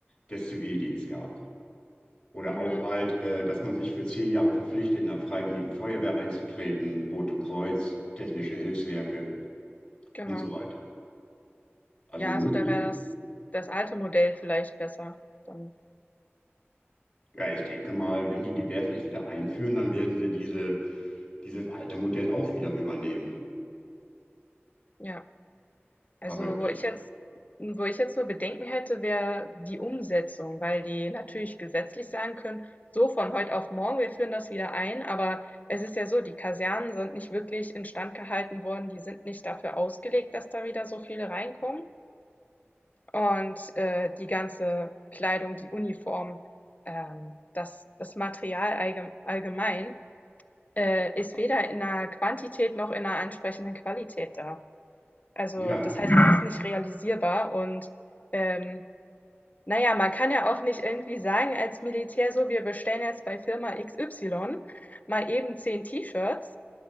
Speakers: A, on the left; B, on the left.
A: des Zivildienst gab. Oder
B: Mhm.
A: auch alt, äh, dass man sich für zehn Jahre verpflichtet, in der Freiwilligen Feuerwehr einzutreten, Rote Kreuz, technische Hilfswerke
B: Genau.
A: und so weiter. Also
B: Ja,
A: möglich.
B: also da wäre das, das alte Modell vielleicht besser. Dann,
A: Ja, ich denke mal, wenn die die Wehrpflicht wieder einführen, dann werden sie diese dieses alte Modell auch wieder übernehmen.
B: ja. Also,
A: Aber ich,
B: wo ich jetzt wo ich jetzt nur Bedenken hätte, wäre die Umsetzung, weil die natürlich gesetzlich sagen können, so von heute auf morgen, wir führen das wieder ein, aber es ist ja so, die Kasernen sind nicht wirklich instand gehalten worden, die sind nicht dafür ausgelegt, dass da wieder so viele reinkommen. Und äh, die ganze Kleidung, die Uniform, ähm, das, das Material allgem- allgemein äh, ist weder in einer Quantität noch in einer ansprechenden Qualität da. Also,
A: ja,
B: das heißt, es ist nicht realisierbar und ähm, naja, man kann ja auch nicht irgendwie sagen als Militär so, wir bestellen jetzt bei Firma XY mal eben zehn T-Shirts